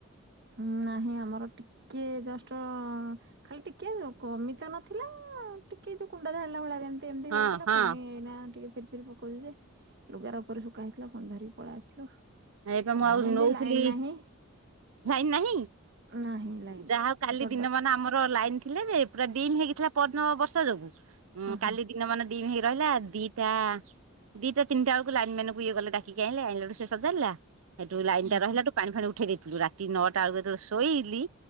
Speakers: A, on the right; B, on the right.
A: ହଁ ନାହିଁ ଆମର ଟିକେ ଜଷ୍ଟ ଖାଲି ଟିକେ ଯୋଉ କମି ତ ନ ଥି ଥିଲା ଟିକେ ଯୋଉ କୁଣ୍ଡା ଝାଡିଲା ଭଳିଆ ଯେମିତି ଏମତି
B: ହଁ
A: ହଉଥିଲା।
B: ହଁ।
A: ପୁଣି ଏଇନା ଟିକେ ଫିର୍ ଫିର୍ ପକଉଚୁ ଯେ ଲୁଗା ଗୁରା ଉପରେ ଶୁଖା ହେଇଥିଲା ପୁଣି ଧରିକି ପଳେଇ ଆସିଲୁ।
B: ଏଇ ପା
A: କଣ
B: ମୁଁ ଆଉ ନଉଥିଲି,
A: ଏମିତି ଲାଇନ ନାହିଁ
B: ଲାଇନ୍ ନାହିଁ।
A: ନାହିଁ। ଲାଇନ
B: ଯାହା ହଉ କାଲି
A: ଚଡକ
B: ଦିନ ମାନ ଆମର ଲାଇନ୍ ଥିଲା ଯେ ପୁରା ଡିମ୍ ହେଇକି ଥିଲା ପରଦିନ ବର୍ଷା ଯୋଗୁ। ଉଁ,
A: ହଁ ହଁ
B: କାଲି ଦିନ ମାନ ଡିମ୍ ହେଇ ରହିଲା। ଦିଟା ଦିଟା ତିନି ଟା ବେଳକୁ ଲାଇନ୍ ମ୍ୟାନ୍ କୁ ଇଏ ଗଲେ ଡାକିକି ଆଣିଲେ ଆଣିଲା ଠୁ ସିଏ ସଜାଡ଼ିଲା। ସେଠୁ ଲାଇନ୍
A: ହଁ
B: ଟା ରହିଲା ଠୁ ପାଣି ଫାଣି ଉଠେଇ ଦେଇଥିଲୁ। ରାତି ନଅଟା ବେଳକୁ ଯେତେବେଳେ ଶୋଇଲି।